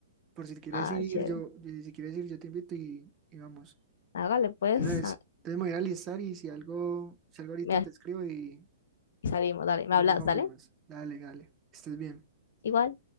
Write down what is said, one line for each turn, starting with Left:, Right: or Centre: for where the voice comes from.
Right: Por si quieres
Left: Ah,
Right: ir,
Left: chévere.
Right: yo, y si quieres ir, yo te invito y, y vamos.
Left: Hágale pues.
Right: Entonces,
Left: Ah,
Right: entonces me voy a alistar y si algo, si algo ahorita
Left: me-
Right: te escribo y,
Left: salimos, dale.
Right: y
Left: Me hablas,
Right: me confirmas.
Left: dale.
Right: Dale, dale. que Estés bien.
Left: Igual.